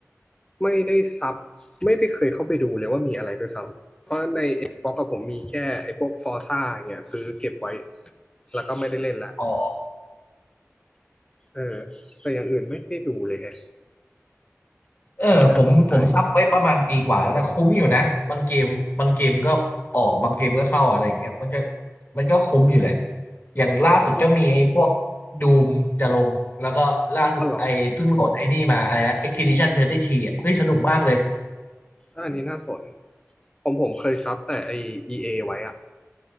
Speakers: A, on the left; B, on the left.
A: ไม่ได้ซับไม่ได้เคยเข้าไปดูเลยว่ามีอะไรด้วยซ้ำเพราะใน Xbox กับผมมีแค่ไอ้พวก Forza อย่างเงี้ยซื้อเก็บไว้ แล้วก็ไม่ได้เล่นละ
B: อ๋อ
A: เออแต่อย่างอื่นไม่ได้ดูเลยฮะ
B: เออผมผมซับไว้ประมาณปีกว่าแล้วแต่คุ้มอยู่นะบางเกมบางเกมก็ออกบางเกมก็เข้าอะไรอย่างเงี้ยมันก็
A: อันนี้น่าสนใจ
B: มันก็คุ้มอยู่แหละอย่างล่าสุดก็มีไอ้พวก
A: ผมก็
B: ดูมจะลงแล้วก็ล่าสุดไอ้เพิ่งโหลดไอ้นี่มาอะไรนะ
A: อ๋อเหรอ
B: Expedition 33อ่ะเฮ้ยสนุกมากเลย
A: ก็อันนี้น่าสนผมผมเคยซับแต่ไอ e อไว้อะ